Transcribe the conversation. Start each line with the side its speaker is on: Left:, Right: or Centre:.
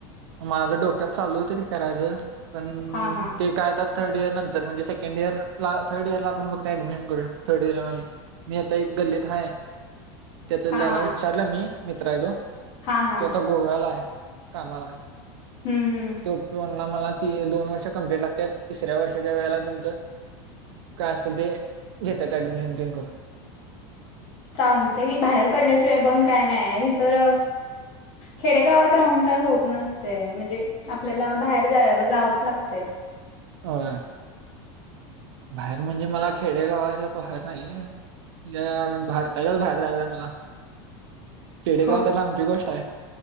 Right: माझ्या डोक्यात चालू होत ते करायचं. पण
Left: हा हा
Right: ते काय आता थर्ड इयर नंतर म्हणजे सेकंड इयर ला थर्ड इयर ला आपण बघत ऍडमिशन करु शकतो थर्ड इयर मी आता एक गल्लीत हाय. त्याच त्याला
Left: हा हा
Right: विचारलं मी मित्र आहेदो
Left: हा हा
Right: तो आता गोव्याला आहे. कामाला
Left: हम्म हम्म
Right: तो फोनला मला त दोन वर्ष कंप्ट ला तिसऱ्या वर्षाच्या वेळेला तुमच काय असेल ते घेतात ऍडमिशन तेन करून
Left: चालते की बाहेर पडल्याशिवाय बंग काय नाही आहे हे तर खेडेगावात राहून काय होत नसते म्हणजे आपल्याला बाहेर जा जावंच लागते. ह
Right: ह बाहेर म्हणजे मला खेडेगावाच्या पहर नाही या भारताच्याच बाहेर जायच मला खेडेगाव
Left: होय
Right: तर लांब ची गोष्ट आहे.